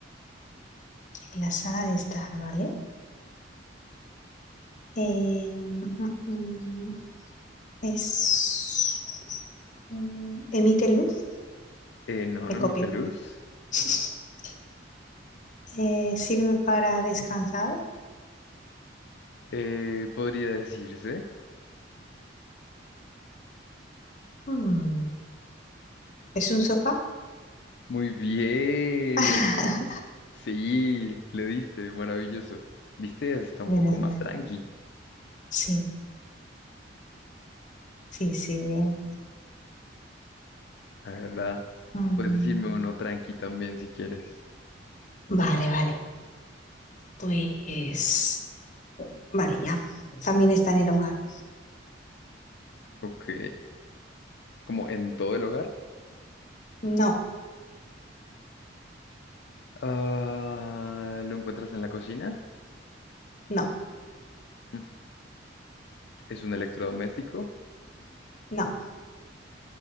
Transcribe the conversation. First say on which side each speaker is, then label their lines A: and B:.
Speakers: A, on the left; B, on the left.
A: en la saga de Star, ¿vale? Eh, mm, mm, es... mm, Emite luz,
B: Eh, no,
A: me
B: no emite
A: copio.
B: luz.
A: <laughs> Eh, sirve para descansar.
B: Eh, podría decirse.
A: Mm, ¿Es un sofá?
B: Muy bien.
A: <laughs>
B: Sí, le diste, maravilloso. Viste, ya está un
A: Menos
B: poco más
A: mal.
B: tranqui.
A: Sí, sí, sí, bien.
B: Ahora
A: Mm,
B: puedes decirme uno tranqui también si quieres.
A: vale, vale. Pues... Vale, ya. También está en el hogar.
B: Ok. Como en todo el hogar.
A: No,
B: Ah, ¿lo encuentras en la cocina?
A: no,
B: Mm, ¿Es un electrodoméstico?
A: no,